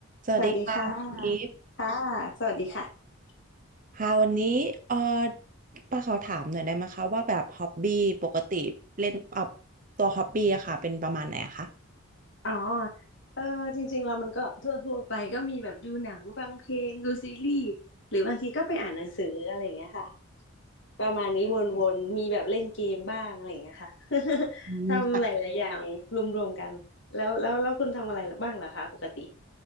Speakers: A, on the right; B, on the left.
A: สวัสดีค่ะคุณกิฟต์
B: สวัสดีค่ะค่ะสวัสดีค่ะ
A: ค่ะวันนี้เออป้าขอถามหน่อยได้ไหมคะว่าแบบฮอบบี้ปกติเล่นเอ่อตัวฮอบบี้อะค่ะเป็นประมาณไหนอะคะ
B: อ๋อเออจริงๆเรามันก็ทั่วทั่วไปก็มีแบบดูหนังฟังเพลงดูซีรีส์หรือบางทีก็ไปอ่านหนังสืออะไรอย่างเงี้ยค่ะประมาณนี้วนๆมีแบบเล่นเกมบ้างอะไรอย่างเงี้ยค่ะ <laughs>
A: อืม
B: ทำหลายๆอย่างรวมๆกันแล้วแล้วแล้วคุณทำอะไรบ้างเหรอคะปกติ